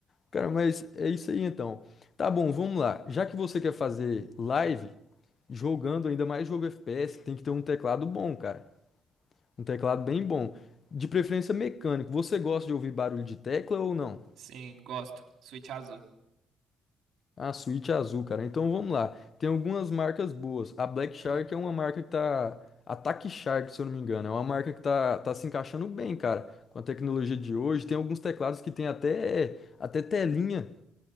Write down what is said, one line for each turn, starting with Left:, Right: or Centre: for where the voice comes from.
Left: Cara, mas é isso aí então. Tá bom, vamos lá. Já que você quer fazer live, jogando ainda mais jogo FPS, tem que ter um teclado bom, cara. Um teclado bem bom. De preferência mecânico. Você gosta de ouvir barulho de tecla ou não?
Right: Sim, gosto. Switch azul.
Left: A suíte azul, cara. Então vamos lá. Tem algumas marcas boas. A Black Shark
Right: <clears throat>
Left: é uma marca que tá. Attack Shark, se eu não me engano. É uma marca que tá, tá se encaixando bem, cara. Com a tecnologia de hoje. Tem alguns teclados que tem até, até telinha.